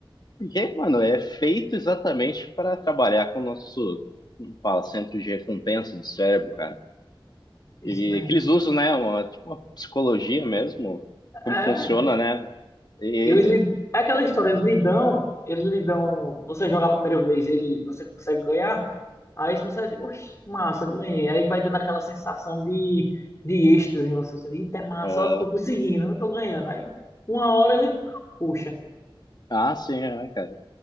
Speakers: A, on the left (about 50°); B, on the left (about 35°).
A: Porque, mano, é feito exatamente para trabalhar com o nosso, como fala, centro de recompensa do cérebro, cara.
B: isso
A: E
B: mesmo.
A: é que eles usam, né? Uma, tipo, uma psicologia mesmo. Como
B: É,
A: funciona, né? E.
B: eles lhe, é aquela história, eles lhe dão, eles lhe dão, você joga a primeira vez, ele, você consegue ganhar, aí você diz, oxe, massa, ganhei. Aí vai dando aquela sensação de, de êxtase em você, você diz, eita, é massa,
A: ah,
B: ó, tô conseguindo, eu tô ganhando. Aí, uma hora ele, puxa,
A: ah, sim, é, cara.